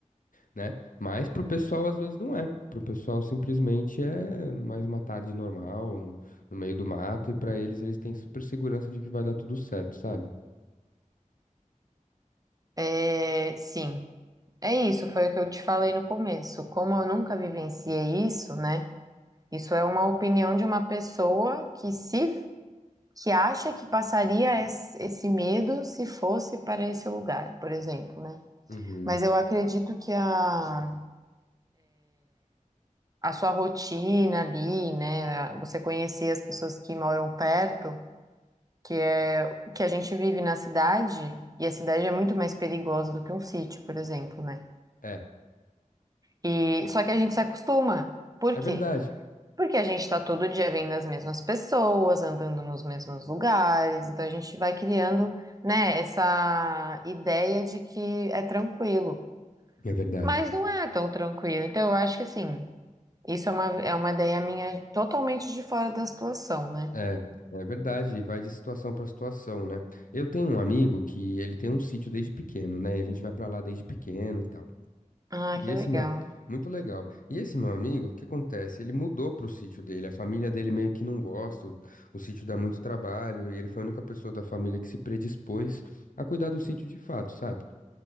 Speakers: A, on the left (about 80°); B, on the right (about 25°).
A: né? Mas pro pessoal às vezes não é. Pro pessoal simplesmente é mais uma tarde normal, no, no meio do mato, e pra eles eles têm super segurança de que vai dar tudo certo, sabe?
B: É, sim. É isso, foi o que eu te falei no começo. Como eu nunca vivenciei isso, né? Isso é uma opinião de uma pessoa que se que acha que passaria es- esse medo se fosse para esse lugar, por exemplo, né?
A: Uhum.
B: Mas eu acredito que a, a sua rotina ali, né? a- Você conhecer as pessoas que moram perto, que, que a gente vive na cidade, e a cidade é muito mais perigosa do que um sítio, por exemplo, né?
A: É,
B: E, só que a gente se acostuma. Por
A: é
B: quê?
A: verdade.
B: Porque a gente está todo dia vendo as mesmas pessoas, andando nos mesmos lugares, então a gente vai criando, né, essa ideia de que é tranquilo.
A: É verdade.
B: Mas não é tão tranquilo. Então eu acho que assim, isso é uma, é uma ideia minha totalmente de fora da situação, né?
A: É, é verdade, e vai de situação para situação, né? Eu tenho um amigo que ele tem um sítio desde pequeno, né? E a gente vai para lá desde pequeno e tal.
B: Ah,
A: E
B: que
A: esse
B: legal.
A: meu, muito legal. E esse meu amigo, o que acontece? Ele mudou pro sítio dele. A família dele meio que não gosta. O, o sítio dá muito trabalho e ele foi a única pessoa da família que se predispôs a cuidar do sítio de fato, sabe?